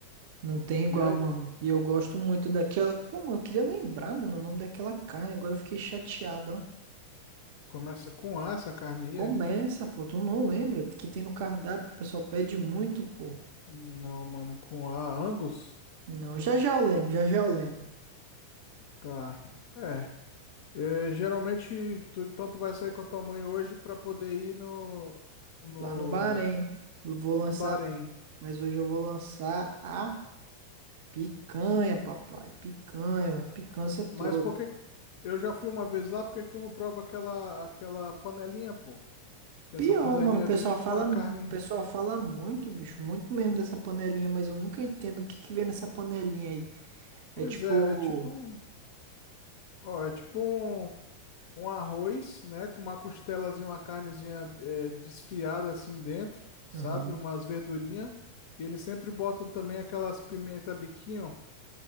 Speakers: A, on the right (about 50°); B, on the left (about 50°).
A: Não tem igual,
B: E aí,
A: mano. E eu gosto muito daquela. Pô, mano, eu queria lembrar, mano, o nome daquela carne. Agora eu fiquei chateado, ó.
B: começa com A essa carne aí,
A: Começa,
B: é?
A: pô. Tu não lembra que tem no cardápio que o pessoal pede muito, pô.
B: Não, mano, com A, Angus?
A: Não, já já eu lembro, já já eu lembro.
B: Tá. É. É, geralmente, tu- então tu vai sair com a tua mãe hoje pra poder ir no, no,
A: Lá no Bahrein. Vou lançar.
B: no Bahrein.
A: Mas hoje eu vou lançar a picanha, papai. Picanha, a picância toda.
B: Mas por que eu já fui uma vez lá, por que que tu não prova aquela, aquela panelinha, pô? Que
A: Pior,
B: essa panelinha
A: mano, o pessoal
B: vem tipo
A: fala.
B: uma carne.
A: mu- O pessoal fala muito, bicho. Muito mesmo dessa panelinha, mas eu nunca entendo o que que vem nessa panelinha aí.
B: Pois
A: É tipo.
B: é, é tipo. um- Ó, é tipo um, um arroz, né? Com uma costelazinha, uma carnezinha é, desfiada assim dentro, sabe?
A: Aham.
B: Umas verdurinhas. E eles sempre botam também aquelas pimenta biquinho.